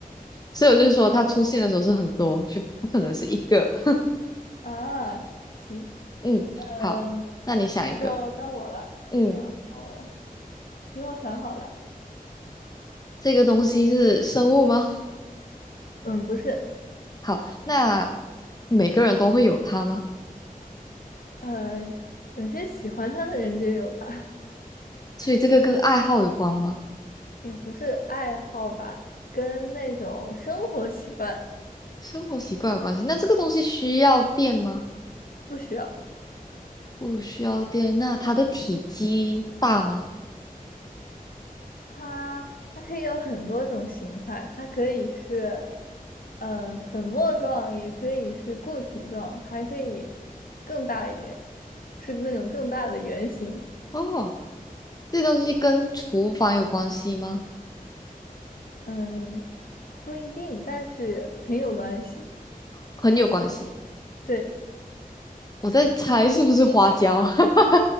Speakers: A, on the left (about 25°); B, on the left (about 70°).
A: 所以我就说它出现的时候是很多，就不可能是一个。<laughs>
B: 啊。行，
A: 嗯，
B: 嗯，
A: 好，那你想一个，
B: 那就到我了。
A: 嗯，
B: 然后，行，我想好了，
A: 这个东西是生物吗？
B: 嗯，不是，
A: <laughs> 好，那每个人都会有它吗？
B: 嗯，有些喜欢他的人就有他，
A: 所以这个跟爱好有关吗？
B: 也不是爱好吧，跟那种生活习惯
A: 生活习惯有关系。那这个东西需要电吗？
B: 不需要。
A: 不需要电。那它的体积大吗？
B: 它它可以有很多种形态，它可以是呃粉末状，也可以是固体状，还可以更大一点，是那种更大的圆形。
A: 哦，这东西跟厨房有关系吗？
B: 嗯，不一定，但是很有关系。
A: 很有关系。
B: 对，
A: 我在猜是不是花椒，<laughs>